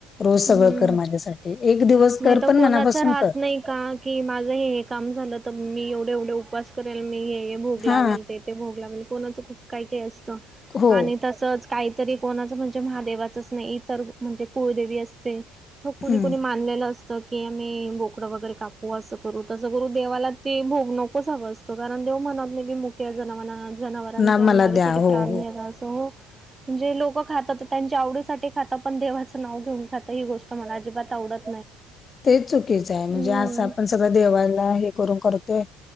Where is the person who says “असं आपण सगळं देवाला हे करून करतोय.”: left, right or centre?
Left